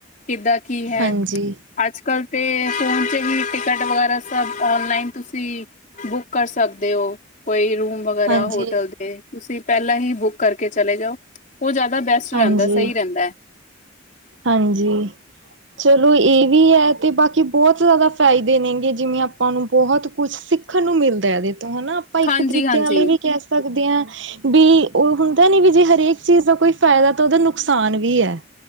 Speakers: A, on the left (about 40°); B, on the right (about 65°).
A: ਕਿੱਦਾਂ ਕੀ ਹੈ
B: ਹਾਂਜੀ
A: ਅੱਜ ਕੱਲ ਤੇ ਫੋਨ ਤੇ ਹੀ ਟਿਕਟ ਵਗੈਰਾ ਸਭ ਔਨਲਾਈਨ ਤੁਸੀਂ ਬੁੱਕ ਕਰ ਸਕਦੇ ਹੋ, ਕੋਈ ਰੂਮ ਵਗੈਰਾ
B: ਹਾਂਜੀ
A: ਹੋਟਲ ਦੇ ਤੁਸੀਂ ਪਹਿਲਾਂ ਹੀ ਬੁੱਕ ਕਰਕੇ ਚਲੇ ਜਾਓ ਉਹ ਜ਼ਿਆਦਾ ਬੈਸਟ ਰਹਿੰਦਾ,
B: ਹਾਂਜੀ
A: ਸਹੀ ਰਹਿੰਦਾ ਹੈ
B: ਹਾਂਜੀ ਚਲੋ ਇਹ ਵੀ ਹੈ, ਤੇ ਬਾਕੀ ਬਹੁਤ ਜ਼ਿਆਦਾ ਫਾਇਦੇ ਨੇਗੇ ਜਿਵੇਂ ਆਪਾਂ ਨੂੰ ਬਹੁਤ ਕੁਛਿੱ ਸੀ ਸੀਖਣ ਨੂੰ ਮਿਲਦਾ ਇਹਦੇ ਤੋਂ, ਹੈਨਾ ਆਪਾਂ ਇੱਕ
A: ਹਾਂਜੀ
B: ਤਰੀਕੇ
A: ਹਾਂਜੀ
B: ਨਾਲ ਇਹ ਵੀ ਕਹਿ ਸਕਦੇ ਹਾਂ ਵੀ ਉਹ ਹੁੰਦਾ ਨੀ ਵੀ ਜੇ ਹਰੇਕ ਚੀਜ਼ ਦਾ ਕੋਈ ਫਾਇਦਾ, ਤਾਂ ਉਹਦਾ ਨੁਕਸਾਨ ਵੀ ਹੈ